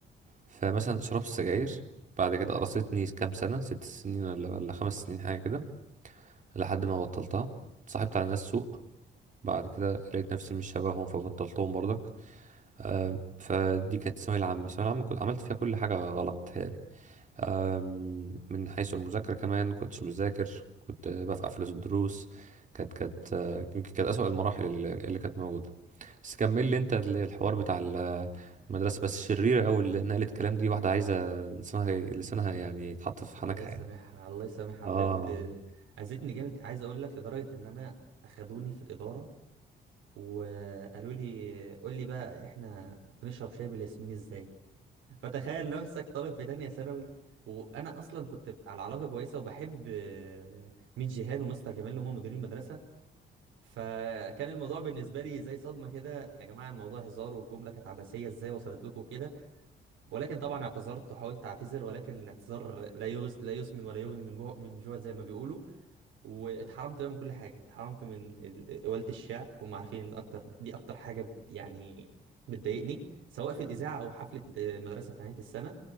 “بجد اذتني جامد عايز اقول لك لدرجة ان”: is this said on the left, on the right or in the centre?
Right